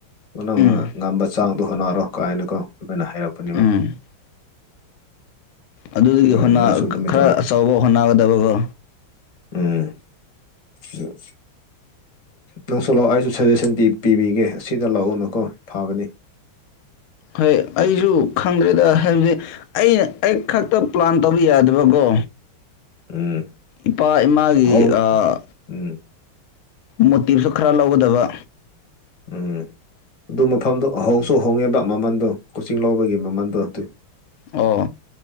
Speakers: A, on the left (about 25°); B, on the left (about 80°).
A: ꯅꯪꯅ
B: ꯎꯝ
A: ꯉꯝꯕ ꯆꯥꯡꯗꯣ ꯍꯣꯠꯅꯔꯣ ꯀꯥꯏꯅꯀ ꯑꯗꯨꯃꯥꯏꯅ ꯍꯥꯏꯔꯛꯄꯅꯦꯕ
B: ꯎꯝ ꯑꯗꯨꯗꯒꯤ
A: ꯑꯗꯨ
B: ꯍꯣꯠꯅ
A: ꯅꯪꯁꯨ ꯑꯗꯨꯃꯥꯏꯅ
B: ꯈꯔ
A: ꯇꯧꯔꯣ
B: ꯑꯆꯧꯕ ꯍꯣꯠꯅꯒꯗꯕꯀꯣ
A: ꯎꯝ ꯎꯝ ꯅꯪꯁꯨ ꯂꯥꯛꯑꯣ ꯑꯩꯁꯨ ꯁꯖꯦꯁꯟ ꯄꯤ ꯄꯤꯕꯤꯒꯦ ꯁꯤꯗ ꯂꯥꯛꯎꯅꯨꯀꯣ ꯐꯕꯅꯤ
B: ꯍꯣꯏ ꯑꯩꯖꯨ ꯈꯪꯗ꯭ꯔꯦꯗ
A: ꯎꯝ
B: ꯍꯥꯏꯕꯗꯤ ꯑꯩꯅ ꯑꯩ ꯈꯛꯇ ꯄ꯭ꯂꯥꯟ ꯇꯧꯕ ꯌꯥꯗꯕꯒꯣ
A: ꯎꯝ
B: ꯏꯄꯥ ꯏꯃꯥꯒꯤ
A: ꯍꯣꯡ
B: ꯑꯥ
A: ꯎꯝ
B: ꯃꯣꯇꯤꯞꯁꯨ ꯈꯔ ꯂꯧꯒꯗꯕ
A: ꯎꯝ ꯑꯗꯨ ꯃꯐꯝꯗꯣ ꯍꯣꯡꯁꯨ ꯍꯣꯡꯉꯦꯕ ꯃꯃꯟꯗꯣ ꯀꯣꯆꯤꯡ ꯂꯧꯕꯒꯤ ꯃꯃꯟꯗꯣ ꯑꯗꯨꯏ
B: ꯑꯣ